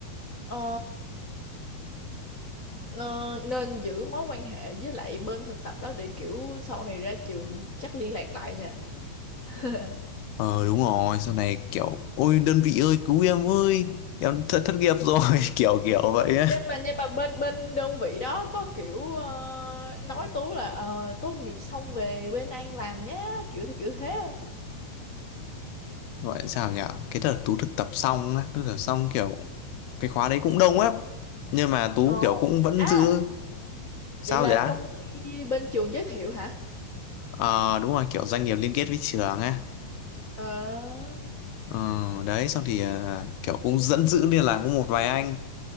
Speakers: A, on the left; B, on the left.
A: ờ, ờ, nên giữ mối quan hệ với lại bên thực tập đó để kiểu sau này ra trường chắc liên lạc lại nha <laughs>
B: ờ đúng rồi sau này kiểu ôi đơn vị ơi cứu em ơi em thất thất nghiệp rồi <laughs> kiểu kiểu vậy á
A: nhưng mà nhưng mà bên bên đơn vị đó có kiểu ờ, nói Tú là ờ, tốt nghiệp xong về bên Anh làm nhé kiểu thì kiểu thế không
B: gọi là sao nhỉ cái đợt tú thực tập xong á tức là xong kiểu cái khóa đấy cũng đông lắm nhưng mà tú
A: ồ
B: kiểu cũng vẫn
A: à
B: giữ sao
A: vậy là
B: vậy á
A: công ty bên trường giới thiệu hả
B: ờ đúng rồi kiểu doanh nghiệp liên kết với trường á
A: ờ
B: ờ đấy xong thì à, kiểu cũng dẫn giữ liên lạc với một vài anh